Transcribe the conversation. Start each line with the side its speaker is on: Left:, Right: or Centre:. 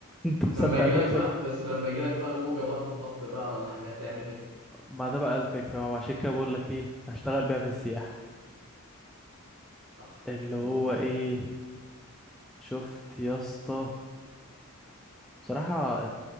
Centre: انت مصدق
Right: لما يجي لك
Centre: نفسك
Right: بقى بس لما يجي لك بقى موجة بقى مطب بقى ولا حاجة هتعمل ايه؟
Centre: ما ده بقى الفكرة ما هو عشان كده بقول لك ايه هشتغل بيها في السياحة
Right: صح
Centre: اللي
Right: وجهة
Centre: هو
Right: نظر
Centre: ايه شفت يا اسطى بصراحة